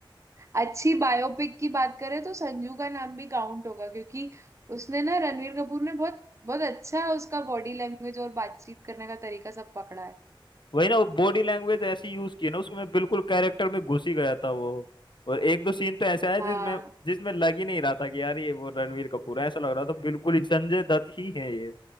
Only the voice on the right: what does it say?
अच्छी बायोपिक की बात करें तो संजू का नाम भी काउंट होगा क्योंकि उसने ना रणवीर कपूर ने बहुत बहुत अच्छा उसका बॉडी लैंग्वेज और बातचीत करने का तरीका सब पकड़ा है
हाँ